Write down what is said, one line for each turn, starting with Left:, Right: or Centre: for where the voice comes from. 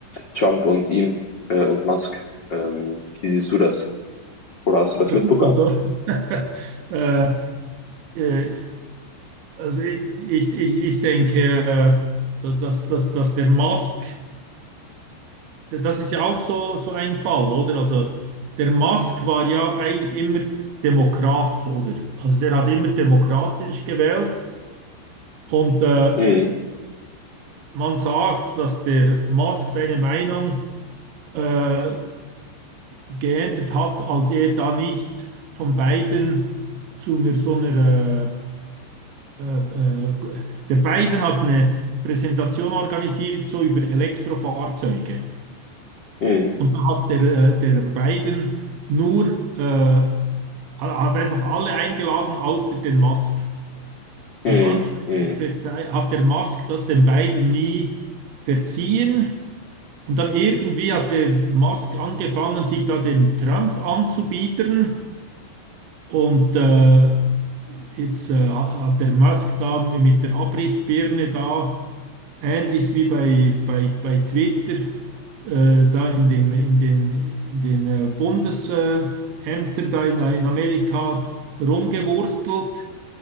Left: Trump und ihm äh, und Musk. Ähm, wie siehst du das? Oder hast du das
Right: Ja
Left: mitbekommen?
Right: gut, also, <laughs> äh, äh, also ich, ich, ich ich denke, äh, dass, dass, dass der Musk, das ist ja auch so, so ein Fall, oder? Also der Musk war ja eigentlich immer Demokrat, oder? Also der hat immer demokratisch gewählt. Und äh,
Left: Mhm.
Right: man sagt, dass der Musk seine Meinung äh, geändert hat, als er da nicht von Biden zu einer so einer äh, äh, äh, der Biden hat eine Präsentation organisiert, so über Elektrofahrzeuge.
Left: Mhm.
Right: Und da hat der, äh, der Biden nur äh, hat einfach alle eingeladen, außer den Musk. Und
Left: Mhm.
Right: anscheinend
Left: Mhm.
Right: verzeih- hat der Musk das den Biden nie verziehen. Und dann irgendwie hat der Musk angefangen, sich da dem Trump anzubiedern. Und äh, jetzt äh, hat der Musk da mit der Abrissbirne da, ähnlich wie bei, bei, bei Twitter, äh, da in dem, in den, in den äh, Bundesämtern da in, in Amerika rumgewurstelt.